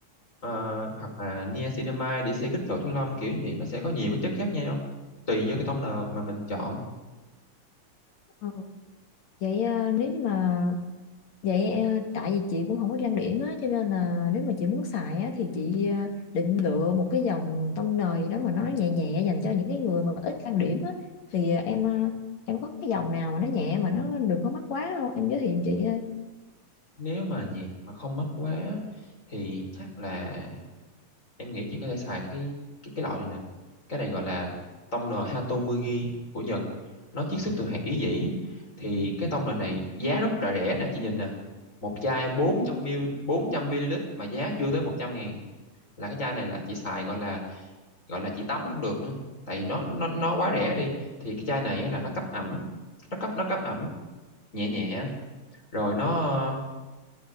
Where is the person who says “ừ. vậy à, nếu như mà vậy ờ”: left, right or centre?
Left